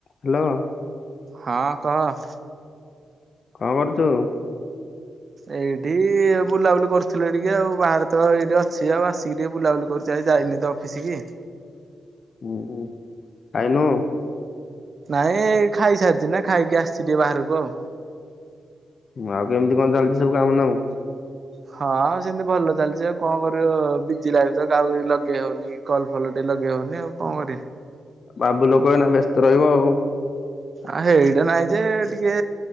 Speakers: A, on the left; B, on the right.
A: Hello.
B: ହଁ କହ।
A: କଣ କରୁଛୁ?
B: ଏଇଠି ବୁଲାବୁଲି କରୁଥିଲେ ଟିକେ ଆଉ ବାହାରେ ତ ଏଇଠି ଅଛି ଆଉ ଆସିକି ଟିକେ ବୁଲାବୁଲି କରୁ ଯାଇ ଯାଇନି ତ ଅଫିସ କି
A: ହୁଁ ଖାଇନୁ
B: ନାଇଁ ଖାଇସାରିଛି ନା ଖାଇକି ଆସିଛି ଟିକେ ବାହାରକୁ ଆଉ
A: ଁ ଆଉ କେମିତି କଣ ଚାଲିଛି ସବୁ କାମ ନାମ
B: ହଁ ସେମିତି ଭଲ ଚାଲିଛି ଆଉ କଣ କରିବ ବିଜି ଲାଗୁଛି କାଉ ଲଗେଇ ହଉନି କଲ ଫଲ ଟିକେ ଲଗେଇ ହଉନି ଆଉ କଣ କରିବା
A: ବାବୁ ଲୋକ ଏନା ବ୍ୟସ୍ତ ରହିବ ଆଉ
B: ଆ ହେଇଟା ନାଇଁ ଯେ ଟିକେ